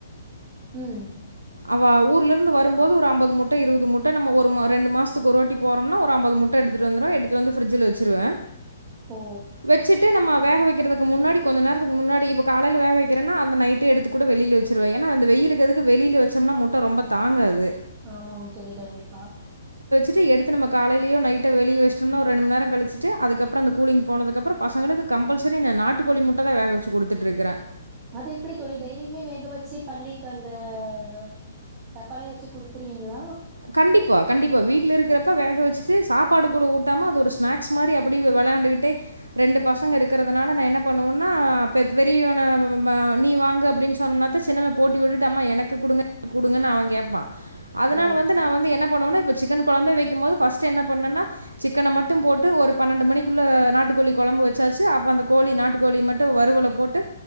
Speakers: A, on the right; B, on the right.
A: உம்
B: அவ ஊர்ல இருந்து வரும்போது ஒரு ஐம்பது முட்டை இருபது முட்டை நம்ம ஒரு ரெண்டு மாதத்துக்கு ஒரு வாட்டி போறம்னா ஒரு ஐம்பது முட்டை எடுத்துட்டு வந்துருவேன் எடுத்துட்டுவந்து ஃப்ரிஜில வச்சுருவே
A: ஓ
B: வெச்சுட்டு நம்ம வேக வைக்கிறதுக்கு முன்னாடி கொஞ்சோ நேரத்துக்கு முன்னாடி இப்ப காலைல வேகவைக்கிறனா அந்த நைட்டே எடுத்து கூட வெளில வெச்சுடுவேன் ஏன்னா அந்த வெயிலுக்கு அதுக்கு வெளில வெச் ச்சோம்னா முட்ட ரொம்ப தாங்காது
A: ஆமாங்க தோழி கண்டிப்பா
B: வ எடுத்து நம்ம காலையிலயோ நைட்டை வெளியேவச்சுட்ணோம்னாஓரு ரெண்டுமண்நேரம் கழிச்சிட்டு அதுக்கப்புறோ அந்த கூலி்ங் போனதுக்கப்புற பசங்குளுக்கு கம்பல்சரி ந நாட்டுக்கோழி முட்டதா வேகவெச்ச குடுத்துட்டுருக்கே
A: அது எப்படி தோழி டெய்லியுமே வேக வெச்சு பள்ளிக்கு அந்த அ டப்பாலைய வெச்சு குடுத்துருவீங்களா
B: கண்டிப்பா கண்டிப்பா வீட்ல இருக்கிறப்ப வேக வெச்சுட்டு சாப்பாடு கூட ஊட்டாம அது ஒரு ஸ்நாக்ஸ் மாரி அப்டி வெளையாண்டுக்கிட்டே ரெண்டு பசங்க இருக்குறதுனால நா என்ன பண்ணுவேனா பெ பெரியவன வ வ நீ வாங்கு அப்டின்னு சொன்னோத சின்னவ போட்டிபோட்டுட்டுஅம்மா எனக்கு குடுங்க எனக்கு குடுங்கனு அவ கேப்பா அதனால
A: ஓ
B: வந்து இது நா வந்து என்ன பண்ணுவனா இப்ப சிக்கன் கொழம்பே வெக்கும் போது ஃபஸ்ட்டு என்ன பண்ணுன்னா சிக்கன மட்டு போட்டு ஒரு பன்னெண்டு மணிக்குள்ளே நாட்டு கோழி கொழம்பு வெச்சாச்சு அப்போ அந்த கோழி நாட்டுக்கோழி மட்டு வருவல போட்டு